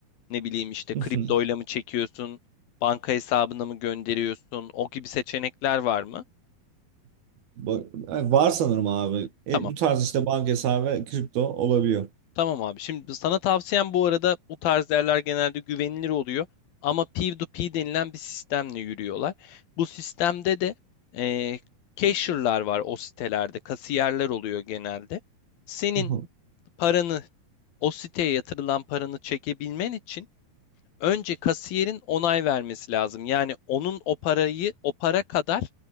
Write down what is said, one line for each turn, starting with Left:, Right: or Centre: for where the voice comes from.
Left: ne bileyim işte
Right: <laughs>
Left: kriptoyla mı çekiyorsun? Banka hesabına mı gönderiyorsun? O gibi seçenekler var mı?
Right: Bak, yani var sanırım abi. E,
Left: Tamam.
Right: bu tarz işte banka hesabı ve kripto olabiliyor.
Left: Tamam abi. Şimdi sana tavsiyem bu arada bu tarz yerler genelde güvenilir oluyor. Ama P2P denilen bir sistemle yürüyorlar. Bu sistemde de eee cashier'lar var o sitelerde. Kasiyerler oluyor genelde. Senin
Right: Aha,
Left: paranı o siteye yatırılan paranı çekebilmen için önce kasiyerin onay vermesi lazım. Yani onun o parayı o para kadar